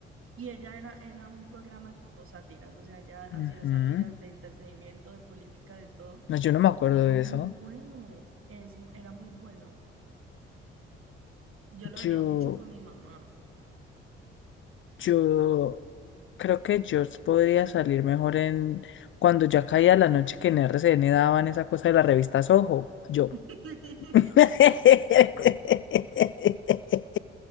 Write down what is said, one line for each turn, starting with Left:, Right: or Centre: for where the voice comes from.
Right: Y ella era, era un programa tipo sátiras, o sea, ella hacía
Left: Ujú.
Right: sátiras de entretenimiento, de política, de todo.
Left: No, yo no me acuerdo
Right: Y era
Left: de
Right: muy
Left: eso.
Right: bueno, es, era muy bueno. Yo lo veía
Left: Yo,
Right: mucho con mi mamá.
Left: yo creo que yo podría salir mejor en cuando ya caía la noche que en R C N daban esa cosa de la revista Soho. Yo.
Right: <laughs>
Left: <laughs>